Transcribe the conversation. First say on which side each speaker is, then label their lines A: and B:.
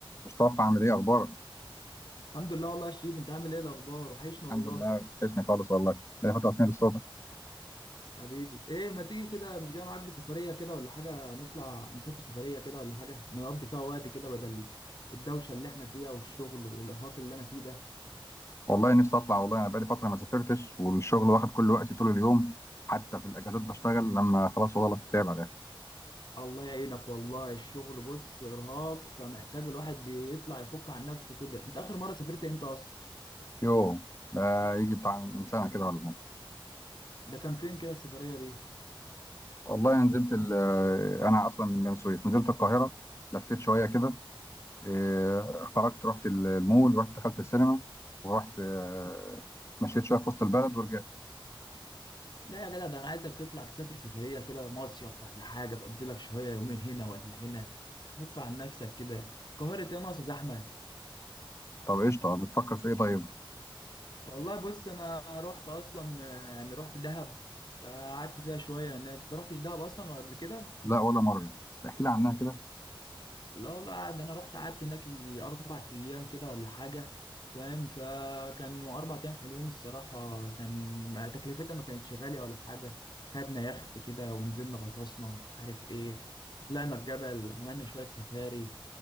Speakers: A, on the left; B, on the left.
A: مصطفى عامل ايه اخبارك
B: الحمد لله والله يا شريف انت عامل ايه الاخبار وحشنا والله
A: الحمد لله وحشني خالص والله بقالي فتره طويله الصوت
B: حبيبي ايه ما تيجي كده مش جاي معاك بسفريه كده ولا حاجه نطلع نسافر سفريه كده ولا حاجه نقضي فيها وقت كده بدل الدوشه اللي احنا فيها والشغل والارهاق اللي انا فيه ده
A: والله نفسي اطلع والله انا بقالي فتره ما سافرتش والشغل واخد كل وقتي طول اليوم حتى في الاجازات بشتغل لما خلاص والله الواحد تعب على الاخر
B: الله يعينك والله الشغل بص ارهاق فمحتاج الواحد يطلع يفك عن نفسه كده انت اخر مره سافرت امتى اصلا
A: يوه ده يجي بتاع من سنه كده ولا حاجه
B: ده كان فين كده السفريه دي
A: والله أنا نزلت ال- انا اصلا من بني سويف نزلت القاهره لفيت شويه كده إيه، خرجت رحت ال- المول رحت دخلت السينما ورحت آه، مشيت شويه في وسط البلد ورجعت
B: لا يا جدع ده انا عايزك تطلع تسافر سفريه كده مصيف ولا حاجه تقضي لك شويه يومين هنا ولا هنا تفك عن نفسك كده القاهره ايه ناقصه زحمه
A: طب قشطه بتفكر في ايه طيب
B: والله بص انا رحت اصلا آه، يعني رحت دهب فقعدت فيها شويه يعني كنت رحتش دهب اصلا ولا قبل كده
A: لا ولا مره احكي لي عنها كده
B: لا والله قعد انا رحت قعدت هناك يجي اربع ايام كده ولا حاجه فاهم فكانوا اربع ايام حلوين الصراحه كان ما- تكلفتها ما كانتش غاليه ولا حاجه خدنا يخت كده ونزلنا غطسنا مش عارف ايه طلعنا الجبل عملنا شويه سفاري